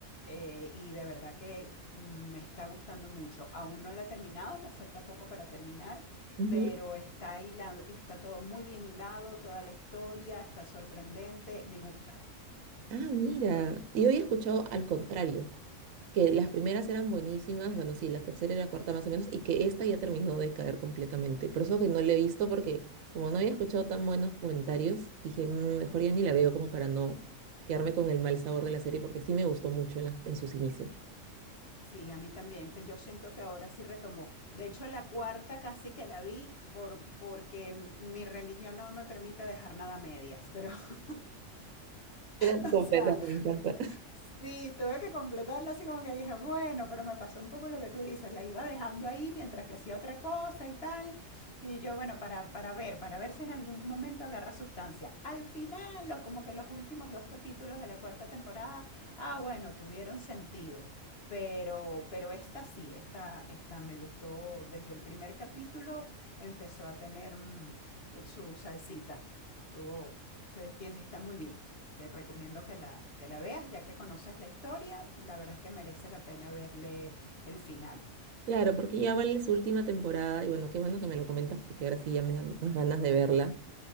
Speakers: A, on the left; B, on the right.
A: eh, y de verdad que mm, me está gustando mucho. Aún no la he terminado, me falta poco para terminar,
B: Ujú.
A: pero está hilado, está todo muy bien hilado, toda la historia está sorprendente, me gusta.
B: Ah, mira. Yo había escuchado al contrario, que las primeras eran buenísimas, bueno, sí, la tercera y la cuarta más o menos, y que esta ya terminó de caer completamente. Por eso que no la he visto, porque como no había escuchado tan buenos comentarios, dije, "Mm, mejor ya ni la veo como para no quedarme con el mal sabor de la serie, porque sí me gustó mucho en, la- en sus inicios.
A: Sí, a mí también. pe- Yo siento que ahora sí retomó. De hecho, la cuarta casi que la vi por, porque mi religión no me permite dejar nada a medias. Pero, <laughs>
B: Era
A: o
B: completa,
A: sea,
B: me encanta.
A: Sí, tuve que completarla así como que dije, bueno, pero me pasó un poco lo que tú dices, la iba dejando ahí mientras que hacía otra cosa y tal, y yo, bueno, para, para ver, para ver si en algún momento agarra sustancia. Al final, o como que los últimos dos capítulos de la cuarta temporada, ah, bueno, tuvieron sentido, pero, pero esta sí, esta, esta me gustó desde el primer capítulo, empezó a tener mm, su salsita, estuvo, te- tiene- está muy bien te recomiendo que la, que la veas, ya que conoces la historia, la verdad es que merece la pena verle el final.
B: Claro, porque ya vale su última temporada, y bueno, qué bueno que me lo comentas, porque ahora sí ya me dan más ganas de verla.